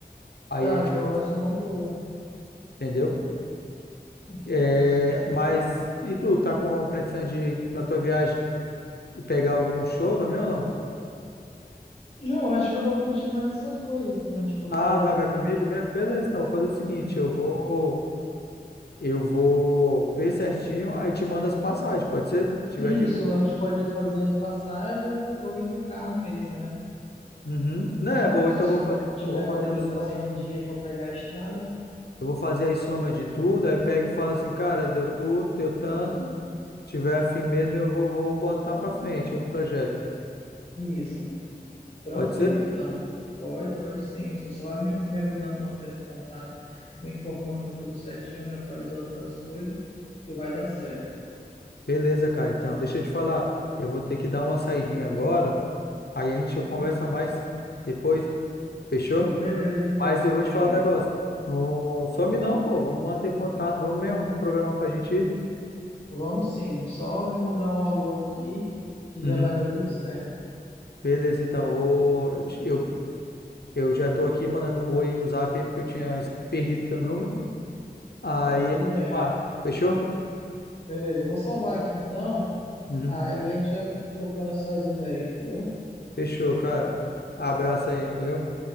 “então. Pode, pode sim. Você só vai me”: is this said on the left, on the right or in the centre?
Left